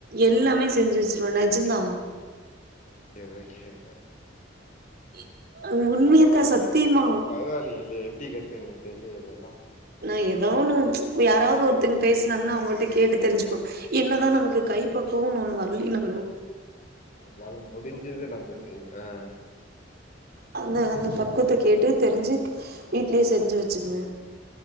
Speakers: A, on the right; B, on the left.
A: எல்லாமே செஞ்சுச் சுருவே நெஜந்தா
B: ஓகே ஓகேக்கா
A: <inaudible> உண்மையத்தா
B: பரவாலிங்ளே
A: சத்தியமா
B: பரவாலிங்ளே எப்டி கத்துனி தெர்லெயே அதெல்லா
A: நா ஏதோ ஒன்னு யாராவ்து ஒருத்தங் பேசுனாங்னா அவுங்கட்ட கேட்டு தெருஞ்சுக்வோ என்னதா நமக்கு கைப்பக் வோன் ஒன்னு வர்லெனாலு
B: நம்ளால முடுஞ்சது நம்ப செய்ணு ஆ
A: அந்த அந்த பக்குவத்த கேட்டு தெருஞ்சு வீட்லே செஞ்சு வச்சுக்குவே